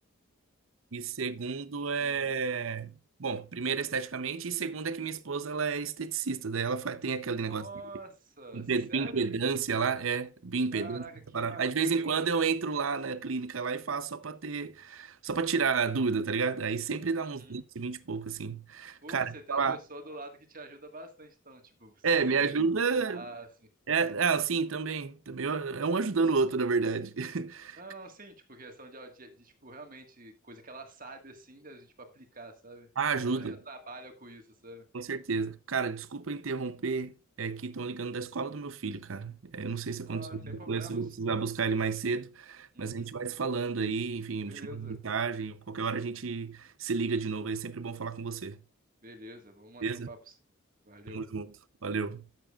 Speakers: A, on the right (about 75°); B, on the right (about 45°).
A: E segundo é.
B: uhum.
A: Bom, primeiro esteticamente, e segundo é que minha esposa ela é esteticista, daí ela faz, tem aquele
B: Nossa,
A: negócio de impe-
B: sério?
A: impedância lá, é, bioimpedância.
B: Caraca,
A: essa
B: que
A: parada.
B: maneiro,
A: Aí de vez em quando
B: velho.
A: eu entro lá na clínica lá e faço só pra ter, só pra tirar a dúvida, tá ligado? Aí sempre dá
B: Uhum.
A: uns 20 20 e pouco, assim.
B: Pô,
A: Cara,
B: você tem
A: falar,
B: uma pessoa do lado que te ajuda bastante, então, tipo, se
A: é,
B: quiser,
A: me ajuda.
B: tipo, rodar, assim,
A: É, ah, sim, também. Também é um ajudando o outro, na verdade. <laughs>
B: Não, não, sim, tipo, questão de, de, de, tipo, realmente, coisa que ela sabe, assim, da gente, tipo, aplicar, sabe?
A: Ah, ajuda,
B: Ainda mais que ela trabalha com isso, sabe?
A: Com certeza. Cara, desculpa interromper. É que estão ligando da escola do meu filho, cara. É, Eu não sei se aconteceu
B: Ah,
A: alguma
B: sem problemas.
A: coisa, se eu vou precisar buscar ele mais cedo,
B: Uhum,
A: mas a gente vai se falando aí, enfim,
B: beleza,
A: te mando mensagem. Qualquer hora a gente se liga de novo. É sempre bom falar com você.
B: beleza, vamos manter
A: Beleza?
B: o papo sim. Valeu.
A: Tamo junto. Valeu.